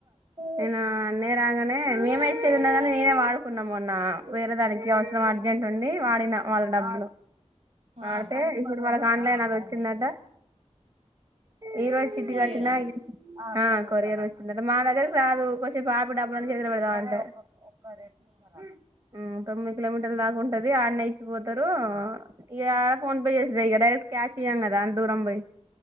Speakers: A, on the right; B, on the right.
A: నేనా న్నే రాంగనే మేమై ఇది ఉన్నగానీ వాడుకున్నా మొన్న వేరే దానికి అవసరం అర్జెంట్ ఉండి వాడిన వాళ్ళ డబ్బులు
B: ఆ
A: వాడితే ఇప్పుడు వాళకు ఆన్లైన్ వచ్చిందంట ఏ రోజు చిట్టి
B: కొరియరా
A: గట్ తిన్నాయి ఆ కొరియర్ వచ్చిందంట మా దగ్గరకి రాదు కొచ్సేపు ఆపి దబ్బు అని చేతుల పెడుదం అంటే. ఒక్క రెండు నిమిషాలు
B: ఆ,
A: ఆగవా మ్మ్ తొమ్మిది కిలోమీటర్ దాకా ఉంటుంది ఆన్నే చ్చి పొతరూ ఇగ ఫోన్ పే చేసుడే, ఇగ డైరెక్ట్ క్యాష్ ఇయ్యం గదా అంత్ దూరం పొయి.